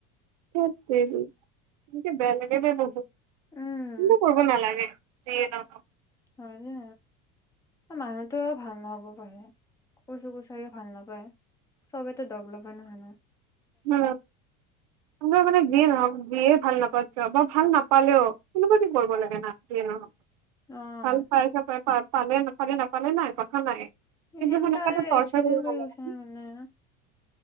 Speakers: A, on the right (about 85°); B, on the left (about 15°).
A: স উ এনেকে বেয়া লাগে ব ন
B: উম
A: চিন্তা কৰিব নালাগে জি নহক
B: হয়নে মানুহতো আৰু ভাল নহব পঢ়ে কুৰ চু কু চাগে ভাল নাপায় চবেতো দগ লাভা নহায়নো
A: উম আাৰ মানে যিয়ে নহওক যিয়ে ভাল নাপাওঁ যাবৰ ভাল নাপালেও কোনকুৱা কৰিব লাগে না যিয়ে নহওক
B: অ'
A: ভাল পাইছ পাই থাক পালে নাপালে নাপালে নাই কথা নাই কিন্তু
B: সেনেক
A: সেনেকুৱাতো টৰ্চাৰ
B: এক্সিডেণ্ট
A: কৰিব
B: কৰি
A: নালাগে
B: গৈছে ন মানে